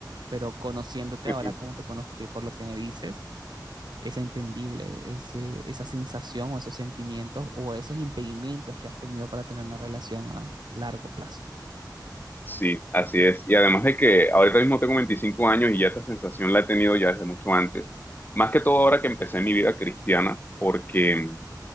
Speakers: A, on the right (about 70°); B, on the left (about 25°).
A: Pero conociéndote
B: <laughs>
A: ahora como te conozco y por lo que me dices, es entendible ese, esa sensación o esos sentimientos o esos impedimentos que has tenido para tener una relación a largo plazo,
B: Sí, así es. Y además de que ahorita mismo tengo 25 años y ya esta sensación la he tenido ya desde mucho antes. Más que todo ahora que empecé mi vida cristiana, porque, o